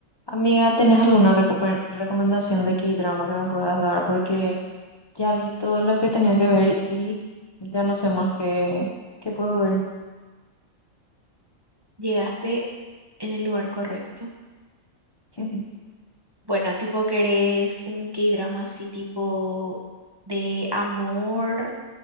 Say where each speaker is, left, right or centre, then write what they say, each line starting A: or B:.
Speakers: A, on the left; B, on the right.
A: Amiga, ¿tenés alguna recupe- recomendación de K-drama que me puedas dar? Porque ya vi todos los que tenía que ver y ya no sé más qué, qué puedo ver.
B: Llegaste en el lugar correcto.
A: <laughs>
B: Bueno, tipo querés un K-drama así tipo de amor,